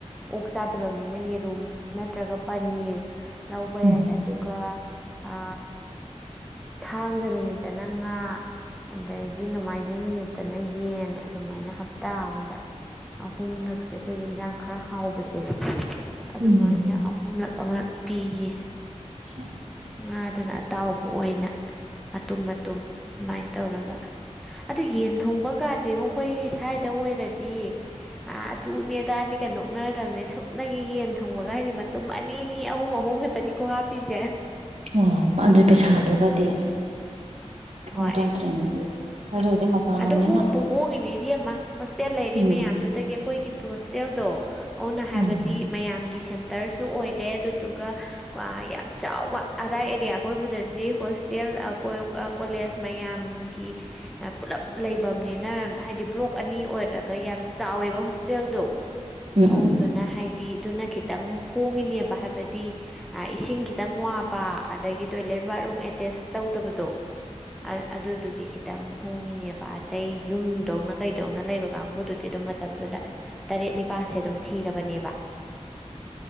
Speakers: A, in the centre; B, on the right.
A: ꯑꯣꯛ ꯆꯥꯗꯕ ꯃꯤꯅ ꯌꯦꯔꯨꯝ ꯅꯠꯇ꯭ꯔꯒ ꯄꯅꯤꯔ ꯂꯧꯕ
B: ꯎꯝ
A: ꯌꯥꯏ ꯑꯗꯨꯒ ꯑ ꯊꯥꯡꯖ ꯅꯨꯃꯤꯠꯇꯅ ꯉꯥ ꯑꯗꯒꯤ ꯅꯣꯡꯃꯥꯏꯖꯤꯡ ꯅꯨꯃꯤꯠꯇꯅ ꯌꯦꯟ ꯑꯗꯨꯃꯥꯏꯅ ꯍꯞꯇꯥ ꯑꯝꯗ ꯑꯍꯨꯝꯂꯛꯁꯦ ꯑꯩꯈꯣꯏꯒꯤ ꯏꯟꯖꯥꯡ ꯈꯔ ꯍꯥꯎꯕꯁꯦ ꯑꯗꯨꯃꯥꯏꯅ
B: ꯎꯝ
A: ꯑꯍꯨꯝꯂꯛ ꯑꯃ ꯄꯤꯌꯦ
B: ꯑ <inaudible>
A: ꯉꯥꯗꯨꯅ ꯑꯇꯥꯎꯕ ꯑꯣꯏꯅ ꯃꯇꯨꯝ ꯃꯇꯨꯝ ꯑꯗꯨꯃꯥꯏꯅ ꯇꯧꯔꯒ ꯑꯗꯨ ꯌꯦꯟ ꯊꯣꯡꯕ ꯀꯥꯗꯤꯉꯣ ꯑꯩꯈꯣꯏꯒꯤ ꯁ꯭ꯋꯥꯏꯗ ꯑꯣꯏꯔꯗꯤ ꯑ ꯑꯗꯨꯅꯦ ꯑꯗꯥꯅꯤꯒ ꯅꯣꯛꯅꯔꯝꯅꯦ ꯁꯨꯞꯅꯒꯤ ꯌꯦꯟ ꯊꯨꯡꯕꯒꯥꯏꯖꯦ ꯃꯇꯨꯝ ꯑꯅꯤꯅꯤ ꯑꯍꯨꯝ ꯑꯍꯨꯝ ꯈ ꯇꯅꯤꯀꯣ ꯍꯥꯞꯄꯤꯖꯦ
B: ꯑꯣ ꯑꯗꯨ ꯄꯩꯁꯥꯗꯨꯒꯗꯤ ꯀꯃꯥꯏ
A: ꯍꯣꯏ
B: ꯇꯧꯗ꯭ꯔꯦꯅꯦ ꯑꯗꯨꯕꯨꯗꯤ
A: ꯎꯝ
B: ꯃꯄꯥꯟ ꯂꯝꯅꯤꯅ
A: ꯑꯗꯣ ꯍꯣꯡꯕꯨ ꯍꯣꯡꯉꯤꯅꯦ ꯏꯕꯦꯝꯃ ꯍꯣꯁꯇꯦꯜ ꯂꯩꯔꯤ
B: ꯎꯝ
A: ꯃꯌꯥꯝꯗꯨꯗꯒꯤ ꯑꯩꯈꯣꯏꯒꯤ ꯍꯣꯁꯇꯦꯜꯗꯣ ꯑꯗꯨꯅ ꯍꯥꯏꯕꯗꯤ
B: ꯃꯥꯅꯤ
A: ꯃꯌꯥꯝꯒꯤ ꯁꯦꯟꯇꯔꯁꯨ ꯑꯣꯏꯔꯦ ꯑꯗꯨꯗꯨꯒ ꯀ ꯌꯥꯝ ꯆꯥꯎ ꯑꯗꯥꯏ ꯑꯦꯔꯤꯌꯥ ꯑꯀꯣꯏꯕꯗꯗꯤ ꯍꯣꯁꯇꯦꯜ ꯀꯣꯂꯦꯖ ꯃꯌꯥꯝꯒꯤ ꯄꯨꯜꯂꯞ ꯂꯩꯕꯝꯅꯤꯅ ꯍꯥꯏꯗꯤ ꯕ꯭ꯂꯣꯛ ꯑꯅꯤ ꯑꯣꯏꯔꯒ ꯌꯥꯝ ꯆꯥꯎꯋꯦꯕ ꯍꯣꯁꯇꯦꯜꯗꯣ
B: ꯎꯝ
A: ꯑꯗꯨꯗꯨꯅ
B: ꯎꯝ ꯎꯝ
A: ꯍꯥꯏꯗꯤ ꯑꯗꯨꯅ ꯈꯤ ꯈꯤꯇꯪ ꯍꯣꯡꯉꯤꯅꯦꯕ ꯍꯥꯏꯕꯗꯤ ꯑ ꯏꯁꯤꯡ ꯈꯤꯇꯪ ꯋꯥꯕ ꯑꯗꯒꯤ ꯇꯣꯏꯂꯦꯠ ꯕꯥꯠꯔꯨꯝ ꯑꯦꯇꯦꯁ ꯇꯧꯗꯕꯗꯣ ꯑꯗꯨꯗꯨꯒꯤ ꯈꯤꯇꯪ ꯍꯣꯡꯉꯤꯅꯦꯕ ꯑꯇꯩ ꯌꯨꯝꯗꯧꯅ ꯀꯩꯗꯧꯅ ꯂꯩꯕ ꯀꯥꯡꯕꯨꯗꯨꯗꯤ ꯑꯗꯨꯝ ꯃꯇꯝꯗꯨꯗ ꯇꯔꯦꯠ ꯅꯤꯄꯥꯜꯁꯦ ꯑꯗꯨꯝ ꯊꯤꯔꯕꯅꯦꯕ